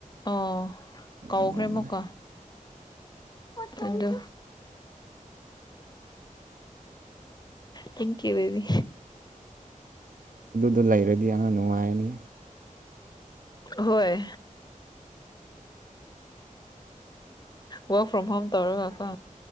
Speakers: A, on the left; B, on the right.
A: ꯑ ꯀꯥꯎꯈ꯭ꯔꯦ
B: ꯂꯩꯔꯝꯕꯅꯦ
A: ꯃꯀ ꯊꯦꯡꯌꯨ ꯊ ꯌꯨ ꯦꯕꯤ
B: ꯑꯗꯨ ꯂꯩꯔꯗꯤ ꯑꯍ ꯅꯨꯡꯉꯥꯏꯔꯅꯤ
A: ꯍꯣꯏꯣꯏ ꯋꯥꯋꯔꯛ ꯐ꯭ꯔꯣꯝ ꯍꯣꯝ ꯇꯧꯔꯒꯀꯣ